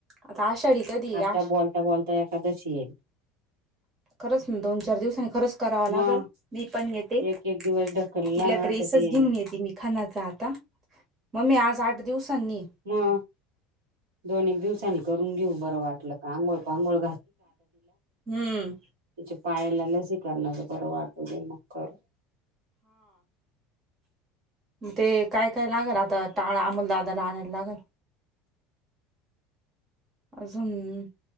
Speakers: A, on the right; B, on the right.
A: आता आषाढी कधी आहे
B: आता
A: आष
B: बोलता बोलता एकदशी येईल
A: खरंच दोन चार दिवसांनी खरंच करावं लागल
B: मग
A: मी पण येते
B: एक
A: तिला
B: एक दिवस ढकलला ना
A: ड्रेसच
B: तर ते
A: घेऊन येते मी खानाचा आता मग ममी आज आठ दिवसांनी
B: मग दोन एक दिवसांनी करून घेऊ बरं वाटलं का आंघोळ पांघोळ
A: हम्म.
B: त्याच्या पायाला ल स्वी करणार बरं वाटू दे मकर
A: मग ते काय काय लागेल आता टाळा अमोलदाादाला आणायला लागेल अजून